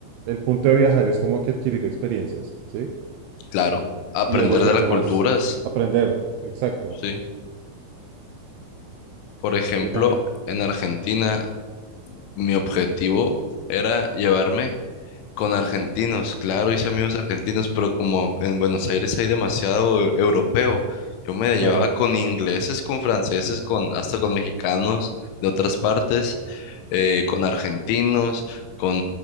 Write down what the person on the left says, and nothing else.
claro. Aprender
de las culturas,
sí. Por ejemplo,
en Argentina, mi objetivo era llevarme Con argentinos, claro, hice amigos argentinos, pero como en Buenos Aires hay demasiado eu- europeo, yo me llevaba
con ingleses, con franceses, con hasta con mexicanos de otras partes, eh, con argentinos, con